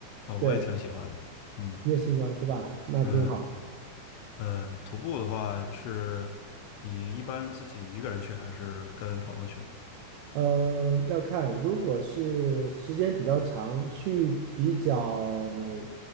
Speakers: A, on the left; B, on the right.
A: 哦，
B: 对，
A: 我也挺喜欢的。嗯
B: 你也喜欢是吧？那挺好。
A: 嗯嗯，徒步的话是，你一般自己一个人去还是跟朋友去？
B: 嗯，要看，如果是时间比较长，去比较